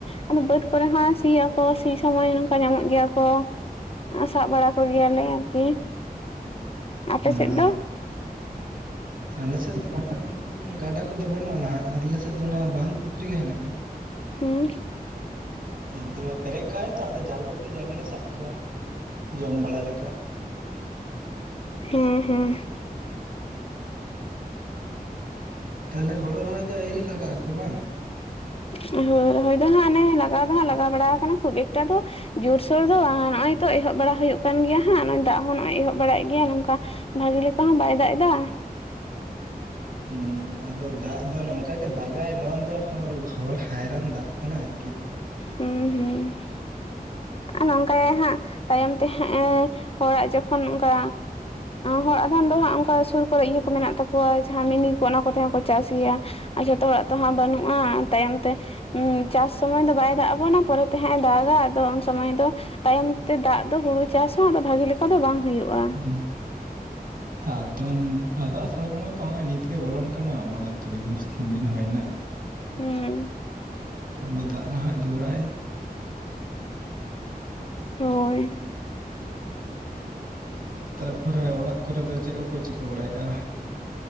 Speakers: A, on the left; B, on the right.
A: ᱟᱫᱚ ᱵᱟᱹᱫ ᱠᱚᱨᱮ ᱦᱚᱸ ᱥᱤᱭᱟᱠᱚ ᱥᱤ ᱥᱚᱢᱚᱭ ᱱᱚᱝᱠᱟ ᱧᱟᱢᱚᱜ ᱜᱮᱭᱟ ᱠᱚ ᱥᱟᱵ ᱵᱟᱲᱟ ᱠᱚ ᱜᱮᱭᱟᱞᱮ ᱟᱨᱠᱤ ᱟᱯᱮ
B: ᱟᱨ
A: ᱥᱮᱫ ᱫᱚ
B: ᱟᱞᱮ ᱥᱮᱫ ᱫᱚ ᱜᱟᱰᱟ ᱜᱟᱰᱟ ᱠᱚᱫᱚ ᱵᱟᱹᱱᱩᱜ ᱟᱱᱟ ᱟᱨ ᱟᱞᱮ ᱥᱮᱫ ᱫᱚ ᱚᱱᱟ ᱵᱟᱱ ᱯᱩᱠᱷᱤᱨᱤ ᱜᱮ ᱦᱮᱱᱟᱜᱼᱟ
A: ᱦᱩ
B: ᱟᱫᱚ ᱯᱮᱨᱮᱡ ᱠᱟᱜᱟᱭ ᱛᱚ ᱟᱫᱚ ᱡᱟᱞ ᱠᱚᱛᱮ ᱡᱟ ᱜᱮᱞᱮ ᱥᱟᱵ ᱠᱚᱣᱟ ᱡᱚᱢ ᱵᱟᱲᱟ ᱞᱮᱠᱟ
A: ᱦᱮᱸ ᱦᱮᱸ
B: ᱛᱟᱦᱚᱞᱮ ᱦᱳᱲᱳ ᱨᱚᱦᱚᱭ ᱫᱚ ᱟ. ᱭᱨᱤ ᱞᱟᱜᱟᱜ ᱟᱠᱚ ᱵᱟᱝ
A: ᱦᱳᱭ ᱨᱚᱦᱚᱭ ᱫᱚ ᱦᱟᱸᱜ ᱚᱱᱮ ᱞᱟᱜᱟᱣ ᱫᱚ ᱦᱟᱸᱜ ᱞᱟᱜᱟᱣ ᱵᱟᱲᱟ ᱟᱠᱟᱱᱟ ᱠᱷᱩᱵ ᱮᱠᱴᱟ ᱫᱚ ᱡᱳᱨ-ᱥᱳᱨ ᱫᱚ ᱵᱟᱝ ᱱᱚᱜᱚᱭ ᱛᱚ ᱮᱦᱚᱵ ᱵᱟᱲᱟ ᱦᱩᱭᱩᱜ ᱠᱟᱱ ᱜᱮᱭᱟ ᱦᱟᱸᱜ ᱱᱚᱜᱚᱭ ᱫᱟᱜ ᱦᱚᱸ ᱱᱚᱜᱼᱚᱭ ᱮᱦᱚᱵ ᱵᱟᱲᱟᱭᱮᱫ ᱜᱮᱭᱟ ᱱᱚᱝᱠᱟ ᱵᱷᱟᱜᱮ ᱞᱮᱠᱟ ᱦᱚᱸ ᱵᱟᱭ ᱫᱟᱜ ᱫᱟ᱾
B: ᱦᱩᱸ ᱟᱫᱚ ᱫᱟᱜ ᱫᱚ ᱱᱚᱝᱠᱟ ᱜᱮ ᱫᱟᱜᱟᱭ ᱱᱚᱣᱟ ᱫᱚ ᱦᱚᱞ ᱦᱚᱨ ᱦᱟᱭᱨᱟᱱ ᱫᱟᱜ ᱠᱟᱱᱟ ᱟᱨᱠᱤ᱾
A: ᱦᱩᱸ ᱦᱩᱸ᱾ ᱱᱚᱝᱠᱟᱭ ᱦᱟᱸᱜ ᱛᱟᱭᱚᱢ ᱛᱮ ᱦᱟᱸᱜᱼ ᱦᱚᱲᱟᱜ ᱡᱚᱠᱷᱚᱱ ᱚᱱᱠᱟ ᱦᱚᱲ ᱟᱫᱷᱢ ᱫᱚ ᱦᱟᱸᱜ ᱚᱱᱠᱟ ᱥᱩᱨ ᱠᱚᱨᱮ ᱤᱭᱟᱹ ᱠᱚ ᱢᱮᱱᱟᱜ ᱛᱟᱠᱚᱣᱟ ᱡᱟᱦᱟᱸ ᱢᱤᱱᱤ ᱠᱚ ᱚᱱᱟ ᱠᱚᱛᱮ ᱦᱚᱠᱚ ᱪᱟᱥ ᱜᱮᱭᱟ ᱟᱨ ᱡᱚᱛᱚ ᱚᱲᱟᱜ ᱛᱚᱦᱟᱸᱜ ᱵᱟᱹᱱᱩᱜᱼᱟ ᱛᱟᱭᱚᱢ ᱛᱮ ᱪᱟᱥ ᱥᱚᱢᱚᱭ ᱫᱚ ᱵᱟᱭ ᱫᱟᱜ ᱟᱵᱚᱱᱟ ᱯᱚᱨᱮᱛᱮ ᱦᱟᱸᱜ ᱫᱟᱜᱼᱟ ᱟᱫᱚ ᱥᱚᱢᱚᱭ ᱫᱚ ᱛᱟᱭᱚᱢ ᱛᱮ ᱫᱟᱜ ᱫᱚ ᱦᱩᱲᱩ ᱪᱟᱥ ᱦᱚᱸ ᱵᱷᱟᱜᱤ ᱞᱮᱠᱟ ᱫᱚ ᱵᱟᱝ ᱦᱳᱭᱳᱜᱼᱟ
B: <unintelligible>
A: <inaudible>
B: ᱟᱫᱚ, ᱟᱫᱚ ᱟᱥᱟᱲ ᱵᱚᱸᱜᱟ ᱛᱚ ᱦᱚᱜᱼᱚᱭ ᱱᱤᱛ ᱜᱮ ᱵᱚᱞᱚᱱ ᱠᱟᱱᱟ ᱢᱚᱬᱮ ᱛᱩᱨᱩᱭ ᱫᱤᱱ, ᱫᱤᱱ ᱦᱩᱭᱱᱟ᱾
A: ᱦᱩᱸ
B: ᱟᱫᱚ ᱫᱟᱜ ᱱᱟᱦᱟᱜ ᱡᱳᱨᱟᱭ᱾
A: ᱦᱳᱭ
B: ᱛᱟᱨᱯᱚᱨᱮ ᱚᱲᱟᱜ ᱠᱚᱨᱮ ᱫᱚ ᱪᱮᱫ ᱠᱚᱠᱚ ᱪᱤᱠᱟᱹ ᱵᱟᱲᱟᱭᱮᱫᱼᱟ?